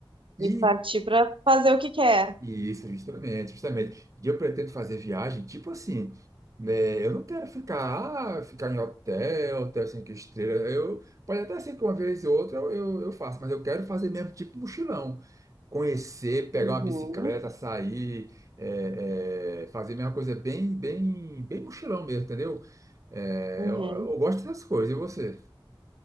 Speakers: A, on the right; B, on the right.
A: E
B: E partir para fazer o que quer.
A: isso, justamente, justamente. E eu pretendo fazer viagem, tipo assim, né? Eu não quero ficar, ah, ficar em hotel, hotel cinco estrelas. Eu, pode até ser que uma vez ou outra eu, eu, eu faça, mas eu quero fazer mesmo tipo mochilão. Conhecer, pegar
B: Uhum,
A: uma bicicleta, sair, é, é, fazer mesma coisa bem, bem, bem mochilão mesmo, entendeu? É,
B: uhum.
A: eu, eu gosto dessas coisas, e você?